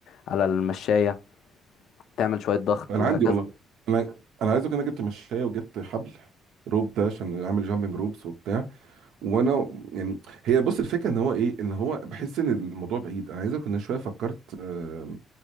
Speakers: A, on the left; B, on the right.
A: على المشاية تعمل شوية ضغط
B: انا
A: وهكذا
B: عندي والله انا انا عايز اقول إن انا جبت مشايه وجبت حبل روب ده عشان اعمل جامبنج روبس وبتاع وانا يعني هي بص الفكره ان هو ايه ان هو بحس ان الموضوع بعيد انا عايز اقول انا شويه فكرت آه،